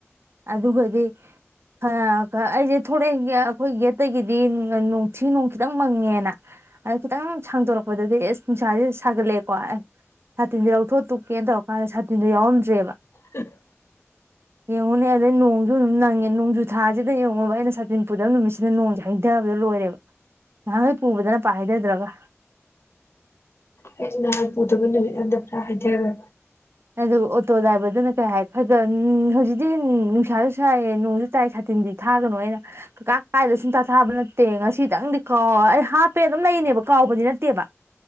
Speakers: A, on the right; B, on the left.
A: ꯑꯗꯨꯒꯗꯤ ꯍ ꯑꯩꯁꯦ ꯊꯣꯔꯛꯑꯦ <unintelligible> ꯑꯩꯈꯣꯏ ꯒꯦꯠꯇꯒꯤꯗꯤ <unintelligible> ꯊꯤ ꯅꯣꯡ ꯈꯤꯇꯪ ꯃꯪꯉꯦꯅ ꯑꯥ ꯈꯤꯇꯪ ꯁꯥꯡꯗꯣꯔꯛꯄꯗꯗꯤ ꯑꯁ ꯅꯨꯡꯁꯥꯥꯁꯦ ꯁꯥꯒꯠꯂꯛꯑꯦꯀꯣ ꯁꯥꯇꯤꯟꯁꯦ ꯂꯧꯊꯣꯛ ꯇꯨꯀꯦꯅ ꯇꯧꯔꯀꯥꯟꯗ ꯁꯥꯇꯤꯟꯗꯣ ꯌꯥꯎꯔꯝꯗ꯭ꯔꯦꯕ
B: <inaudible>
A: ꯌꯦꯡꯉꯨꯅꯦ ꯑꯗꯩ ꯅꯣꯡꯁꯨ ꯑꯗꯨꯝ ꯅꯪꯉꯦ ꯅꯣꯡꯖꯨ ꯊꯥꯁꯤꯗ ꯌꯦꯡꯉꯨꯕ ꯑꯩꯅ ꯁꯥ ꯇꯤꯟ ꯄꯨꯗꯕ ꯅꯨꯃꯤꯠꯁꯤꯗ ꯅꯣꯡꯁꯦ ꯍꯩꯗꯕꯗ ꯂꯣꯏꯔꯦꯕ ꯅꯍꯥꯟꯈꯩ ꯄꯨꯕꯗꯅ ꯄꯥꯛ ꯍꯩꯗꯗ꯭ꯔꯒ
B: ꯑꯩꯁꯨ ꯅꯍꯥꯟ ꯄꯨꯗꯕ ꯅꯨꯃꯤꯠ ꯍꯟꯗ ꯄꯨꯔꯥ ꯍꯩꯗꯒ꯭ꯔꯕ
A: ꯑꯗꯨ ꯑꯣꯇꯣ ꯗ꯭ꯔꯥꯏꯚꯔꯗꯨꯅ ꯀꯩ ꯍꯥꯏ ꯈꯔꯒ ꯍꯧꯖꯤꯛꯇꯤ ꯅꯨꯡꯁꯥꯁꯨ ꯁꯥꯏꯌꯦ ꯅꯣꯡꯁꯨ ꯆꯥꯏ ꯁꯥꯇꯤꯟꯗꯤ ꯊꯥꯒꯅꯨ ꯑꯩꯅ ꯀꯀꯥ ꯀꯥꯏꯗ ꯁꯨꯛ ꯊꯥꯕ ꯅꯠꯇꯦ ꯉꯁꯤꯇꯪꯗꯤ ꯀꯥꯎ ꯑꯩ ꯍꯥꯞꯄꯦ ꯑꯗꯨꯝ ꯂꯩꯅꯦꯕ ꯀꯥꯎꯕꯗꯤ ꯅꯠꯇꯦꯕ